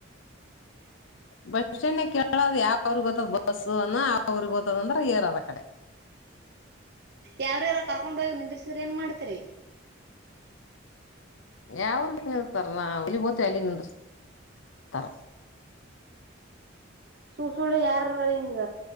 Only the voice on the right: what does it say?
ಯಾವ್ರಾರ ಕರ್ಕೊಂಡ್ ಹೋಗಿ ನಿಿದ್ರಿಸಿದ್ರ ನ್ ಮಾಡ್ತರಿ
ಸುಳ್ ಸುಳ ಯಾರ ಹಿಂಗ